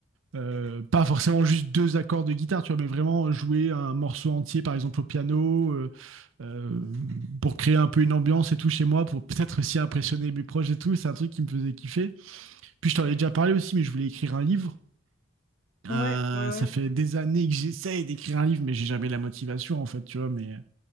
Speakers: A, on the right; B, on the left.
A: Euh, pas forcément juste deux accords de guitare, tu vois, mais vraiment jouer un morceau entier, par exemple au piano, euh, euh, pour créer un peu une ambiance et tout chez moi, pour peut-être aussi impressionner mes proches et tout. C'est un truc qui me faisait kiffer. Puis je t'en ai déjà parlé aussi, mais je voulais écrire un livre. Euh,
B: ouais ouais ouais
A: ça fait des années que j'essaye d'écrire un livre, mais j'ai jamais la motivation en fait, tu vois. Mais,